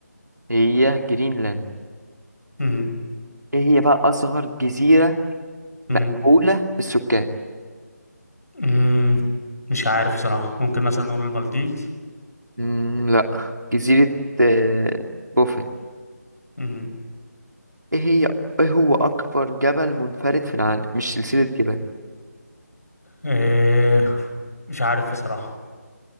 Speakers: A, on the right; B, on the left.
A: هي جرينلاند
B: مم،
A: ايه هي بقى اصغر جزيرة
B: مم،
A: مأهولة بالسكان
B: مم، مش عارف بصراحة ممكن مثلا نقول المالديفز
A: مم، لا جزيرة آه، بوفن
B: مم،
A: ايه هي ايه هو اكبر جبل منفرد في العالم مش سلسلة جبال
B: آه مش عارف بصراحة